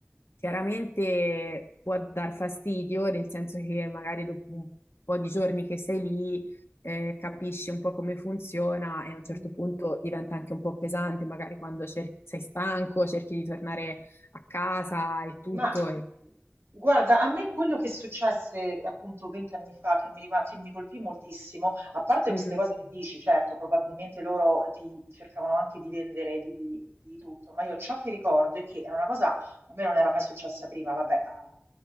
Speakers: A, on the left (about 70°); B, on the right (about 75°).
A: chiaramente può dar fastidio, nel senso che magari dopo un po' di giorni che sei lì, eh, capisci un po' come funziona
B: Mhm.
A: e a un certo punto diventa anche un po' pesante, magari quando cer- sei stanco, cerchi di tornare a casa e tutto.
B: Ma
A: E...
B: guarda, a me quello che successe appunto 20 anni fa, che mi, rima- che mi colpì moltissimo, a parte queste
A: Mhm,
B: cose che dici, certo, probabilmente loro ti cercavano anche di vendere di, di tutto, ma io ciò che ricordo è che è una cosa, a me non era mai successa prima, vabbè, a-